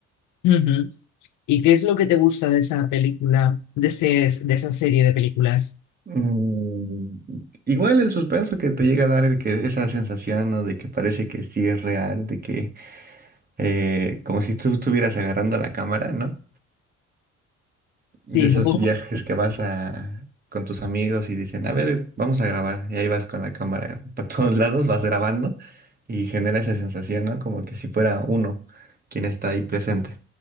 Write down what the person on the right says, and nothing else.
Mm, igual el suspenso que te llega a dar de que esa sensación, ¿no? De que parece que sí es real, de que eh, como si tú estuvieras agarrando la cámara, ¿no? De
esos
viajes que vas a, con tus amigos y dicen, a ver, vamos a grabar. Y ahí vas con la cámara <laughs> para todos lados, vas grabando y genera esa sensación, ¿no? Como que si fuera uno quien está ahí presente,